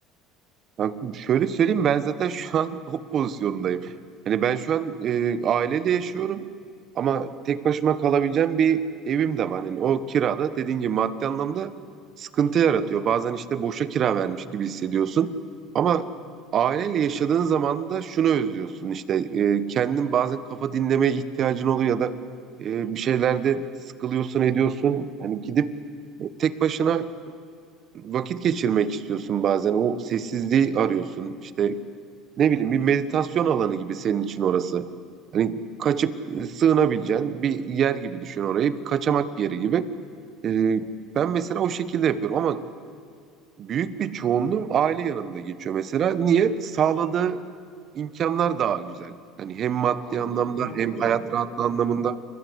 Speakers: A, on the right; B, on the left.
A: Kanka şöyle söyleyeyim ben zaten şu an <laughs> o pozisyondayım. Hani ben şu an e, aileyle yaşıyorum ama tek başıma kalabileceğim bir evim de var. Hani o kirada dediğin gibi maddi anlamda sıkıntı yaratıyor. Bazen işte boşa kira vermiş gibi hissediyorsun. Ama aileyle yaşadığın zaman da şunu özlüyorsun işte e, kendin bazen kafa dinlemeye ihtiyacın oluyor ya da e, bir şeylerde sıkılıyorsun ediyorsun. Hani gidip e, tek başına vakit geçirmek istiyorsun bazen. O sessizliği arıyorsun. İşte ne bileyim bir meditasyon alanı gibi senin için orası. Hani kaçıp e, sığınabileceğin bir yer gibi düşün orayı. Bir kaçamak yeri gibi. Ee, ben mesela o şekilde yapıyorum ama büyük bir çoğunluğum aile yanımda geçiyor mesela. Niye? Sağladığı imkanlar daha güzel. Hani hem maddi
B: Ya Anladım.
A: anlamda
B: Anladım
A: hem hayat
B: demek istediğini
A: rahatlığı
B: ben.
A: anlamında.